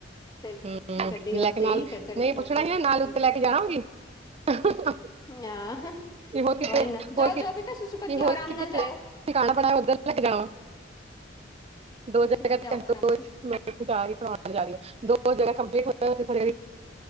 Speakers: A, on the left; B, on the right.
A: ਚੜ
B: ਹੂੰ
A: ਗੱਡੀ ਵਾਸਤੇ
B: ਲੈ ਕੇ ਨਾਲ
A: ਹੀ ਚੜ੍ਹ- ਚੜ੍ਹ
B: ਨਹੀਂ
A: ਕੇ ਜਾਂਦੀ
B: ਪੁੱਛਣਾ ਹੀ
A: ਉਹ
B: ਨਾਲ
A: ਪੇਕਿਆਂ
B: ਉੱਤੇ ਲੈ ਕੇ ਜਾਣਾ
A: ਤੇ
B: ਹੋਗੀ <unintelligible> <inaudible>
A: ਆਹ
B: ਕਿ ਹੋਰ ਕਿਤੇ
A: ਉਹੀ ਨਾ, ਜਾਓ-ਜਾਓ
B: ਹੋਰ ਕਿ
A: ਬੇਟਾ ਸੁਸੂ ਕਰਕੇ ਆਉ
B: ਹੋਰ
A: ਆਰਾਮ
B: ਕਿਤੇ
A: ਨਾਲ ਜਾਇਓ
B: <inaudible> ਉੱਧਰ ਲੱ ਕੇ ਜਾਉ <unintelligible> ਦੋ
A: ਅੱਛਾ
B: ਜ ਦੋ
A: ਜਾਓ ਆਰਾਮ
B: ੱਥੇ
A: ਸੇ
B: ਜਾ ਰਹੀੜਉਣ ਜਾ ਰ ਦੋ ਜੜ <unintelligible> ਕੰਪਲੀਟ ਹੋਥ <inaudible>